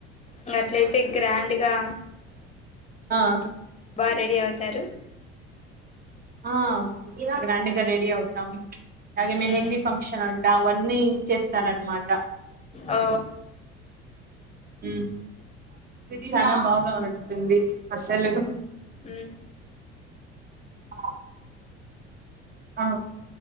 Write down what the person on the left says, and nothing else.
ఇంగా అట్లయితే గ్రాండ్గా
బాగా రెడీ అవుతారు
మ్మ్
ఓ
మ్